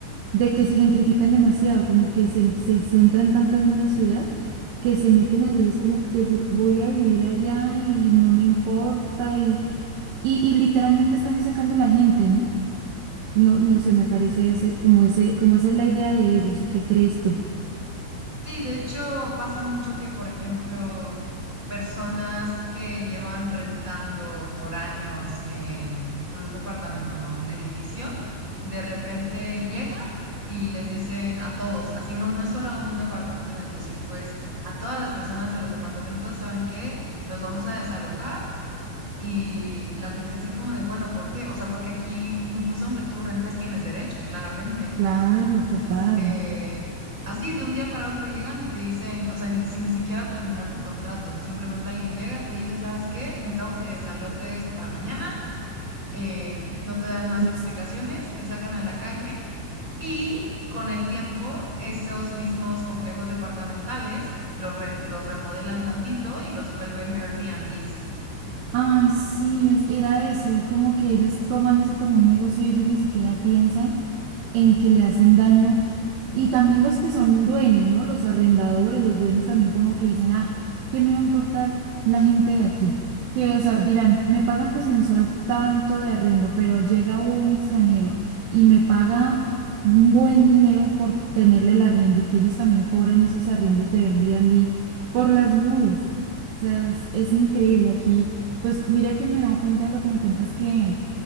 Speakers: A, on the right; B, on the right.
A: de que se gentrifican demasiado, como que se, se centran tanto en una ciudad que se meten allí, es como decir, voy a vivir allá y no me importa y, y, y literalmente están sacando la gente, ¿no? No, no sé, me parece ese, como ese, como esa es la idea de ellos, ¿o qué crees tú?
B: Sí, de hecho pasa mucho que, por ejemplo, personas que llevan rentando por años en un departamento, ¿no? Un edificio, de repente llegan y les dicen a todos, así no, no es solo a un departamento en específico, es a todas las personas de los departamentos, ¿saben qué? Los vamos a desalojar y la gente así como de, bueno, ¿por qué? O sea, porque aquí, incluso aunque tú rentes, tienes derechos, claramente
A: Claro,
B: entonces,
A: total.
B: eh, así de un día para otro llegan y te dicen, o sea, ni, sin ni siquiera terminar tu contrato, simplemente alguien llega, te dice, ¿sabes qué? Necesitamos que desalojes para mañana, em, no te dan más
A: Triste.
B: explicaciones, te sacan a la calle y... Con el tiempo, esos mismos complejos departamentales los, re- los remodelan tantito y los vuelven Airbnbs.
A: Ay, sí, es, era eso. Es como que ellos toman eso como un negocio y ellos ni siquiera piensan. en que le hacen daño. Y también los que son dueños, ¿no? Los arrendadores, los dueños también como que dicen, ah, ¿qué me va a importar la gente de aquí? Que, o sea, dirán, me pagan pues mensual tanto de arriendo, pero llega un extranjero y me paga un buen dinero por tenerle el arriendo y que ellos también cobran esos arriendos de Airbnb por las nubes. O sea, es, es increíble aquí. Pues mira que me he dado cuenta de lo que me cuentas que